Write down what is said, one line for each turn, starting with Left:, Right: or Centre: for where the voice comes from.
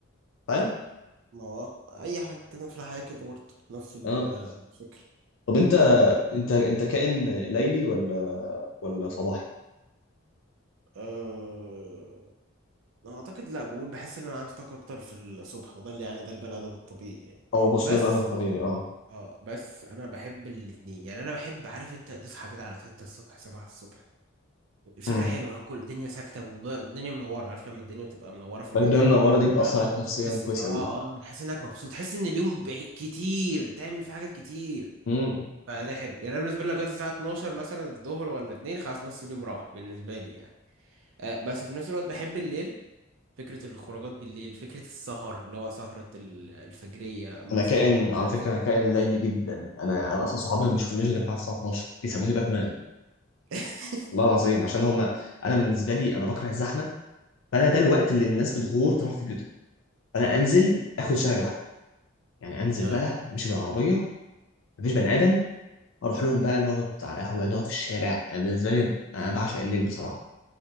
Left: فاهم
Right: ما هو آه، اي حاجه كده في الحياه كده برضه نفس ال-
Left: اه
Right: آه، الفكره
Left: طب انت
Right: طب
Left: انت انت كائن ليلي ولا ولا صباحي
Right: أه... أنا اعتقد لا بقول بحس ان انا عندي طاقه اكتر في الصبح وده اللي يعني ده البني ادم الطبيعي يعني
Left: اه بص
Right: بس
Left: ده المعنى الطبيعي اه
Right: اه بس انا بحب الاتنين يعني انا بحب عارف انت تصحى كده على 6 الصبح 7 الصبح الفكره
Left: امم
Right: حلوه كل الدنيا ساكته والدنيا منوره عارف لما الدنيا بتبقى منوره في الاوضه
Left: الدنيا المنوره
Right: ولا
Left: دي بتاثر
Right: حاجه
Left: عليك نفسيا
Right: تحس
Left: كويس
Right: اه
Left: قوي
Right: اه تحس انك مبسوط تحس ان اليوم بعي- كتير تعمل فيه حاجات كتير
Left: امم
Right: فده حلو يعني انا بالنسبه لي لو جت الساعه 12 مثلا الظهر ولا 2 خلاص نص اليوم راح بالنسبه لي يعني آه بس في نفس الوقت بحب الليل فكره الخروجات بالليل فكره السهر اللي هو سهره ال- الفجريه مع
Left: انا
Right: اصحابك
Left: كائن
Right: مش
Left: على
Right: عارف
Left: فكره
Right: ايه
Left: انا كائن ليلي جدا انا انا اصلا صحابي ما بيشوفونيش غير بعد الساعه 12 بيسموني باتمان
Right: <laughs>
Left: والله العظيم عشان هم انا بالنسبه لي انا بكره الزحمه فانا ده الوقت اللي الناس بتغور تروح في بيوتها فانا انزل اخد شارع لوحدي يعني انزل
Right: آه.
Left: بقى امشي بالعربيه مفيش بني ادم اروح لهم بقى نقعد على قهوه نقعد في الشارع أنا بالنسبه لي انا بعشق الليل بصراحه